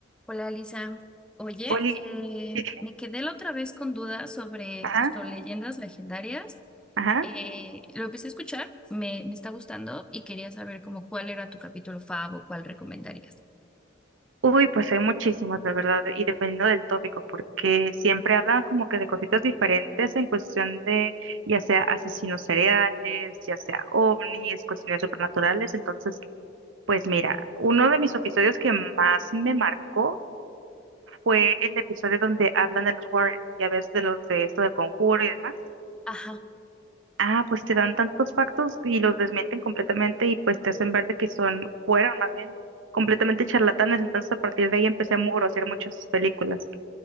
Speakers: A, in the centre; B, on the right.
A: Hola, Lisa. Oye,
B: Oli,
A: eh,
B: sí, dime.
A: me quedé la otra vez con dudas sobre
B: ajá,
A: justo leyendas legendarias.
B: ajá.
A: Eh, lo empecé a escuchar, me, me está gustando y quería saber como cuál era tu capítulo fav o cuál recomendarías.
B: Uy, pues hay muchísimos, la verdad, y dependiendo del tópico, porque siempre hablan como que de cositas diferentes en cuestión de, ya sea asesinos seriales, ya sea ovnis, cuestiones supernaturales. Entonces, pues mira, uno de mis episodios que más me marcó fue el episodio donde hablan de los Warren, ya ves, de los de esto del conjuro y demás.
A: Ajá.
B: Ah, pues te dan tantos factos y los desmienten completamente y pues te hacen ver de que son, fueron más bien, completamente charlatanes. Entonces a partir de ahí empecé a mugrosear mucho esas películas.